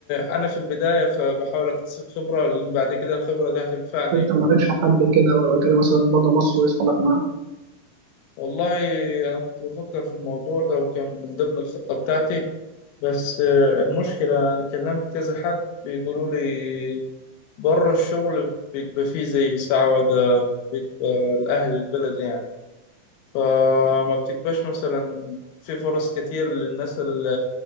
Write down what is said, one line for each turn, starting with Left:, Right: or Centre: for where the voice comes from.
Left: أنا في البداية فبحاول أكتسب خبرة لأن بعد كده الخبرة دي هتنفعني
Right: انت مالكش حد كده ولا كده مثلا بره مصر ويسحبك معاك
Left: والله أنا كنت بفكر في الموضوع ده وكان من ضمن الخطة بتاعتي بس آه، المشكلة أنا كلمت كذا حد بيقولوا لي بره الشغل بيبقى فيه زي استعوذة بيبقى لأهل البلد يعني فما بتبقاش مثلا في فرص كتير للناس اللي